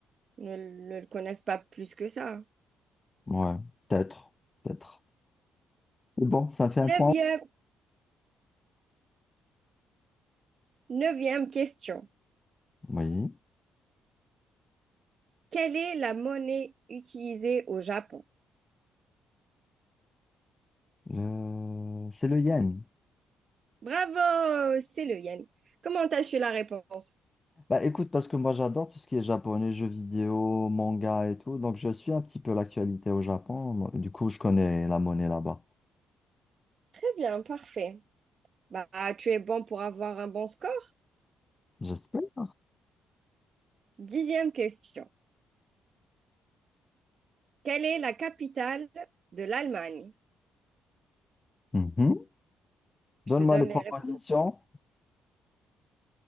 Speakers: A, on the right (about 50°); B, on the left (about 25°).
A: ne, ne le connaissent pas plus que ça.
B: Ouais, peut-être, peut-être. Mais bon, ça fait un
A: Neuvième,
B: point.
A: neuvième question.
B: Oui,
A: Quelle est la monnaie utilisée au Japon?
B: le- c'est le yen.
A: Bravo, c'est le yen. Comment t'as su la réponse?
B: Bah écoute, parce que moi j'adore tout ce qui est japonais, jeux vidéo, manga et tout, donc je suis un petit peu l'actualité au Japon. Moi, Du coup, je connais la monnaie là-bas.
A: Très bien, parfait. Bah, tu es bon pour avoir un bon score.
B: J'espère.
A: Dixième question. Quelle est la capitale de l'Allemagne?
B: Mhm. Donne-moi
A: Je te donne
B: les propositions.
A: les réponses.